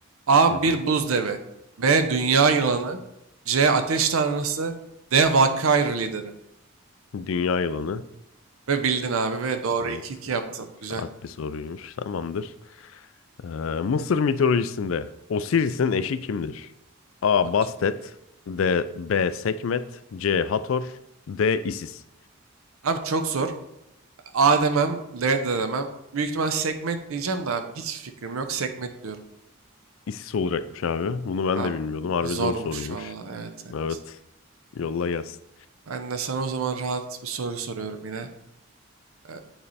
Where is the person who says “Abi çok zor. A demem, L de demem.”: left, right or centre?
Right